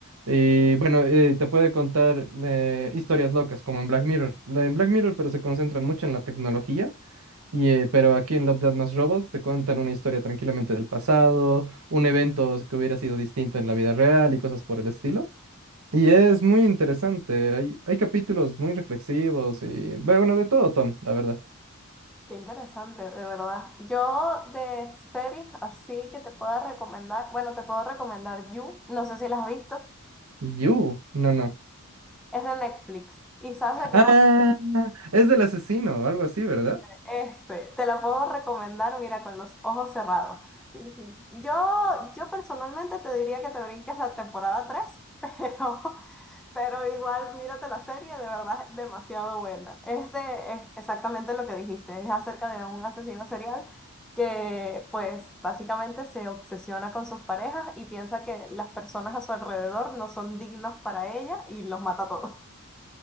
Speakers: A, on the right (about 70°); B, in the centre.
A: Y bueno, eh, te puede contar eh, historias locas, como en Black Mirror. La- En Black Mirror, pero se concentran mucho en la tecnología. Y, eh, pero aquí en Love, Death Más Robots te cuentan una historia tranquilamente del pasado, un evento que hubiera sido distinto en la vida real y cosas por el estilo. Y es muy interesante. Hay, hay capítulos muy reflexivos y, bueno, de todo tono, la verdad.
B: Qué interesante, de verdad. Yo de series así que te pueda recomendar, bueno, te puedo recomendar You, no sé si la has visto,
A: You, no, no.
B: es de Netflix. ¿Y sabes de qué
A: Ah,
B: va?
A: es del asesino, algo así, ¿verdad?
B: Ese, te la puedo recomendar, mira, con los ojos cerrados. Yo, yo personalmente te diría que te brinques la temporada 3, pero, <laughs> pero igual mírate la serie, de verdad es demasiado buena. Es de, es exactamente lo que dijiste, es acerca de un asesino serial que pues básicamente se obsesiona con sus parejas y piensa que las personas a su alrededor no son dignos para ella y los mata a todos.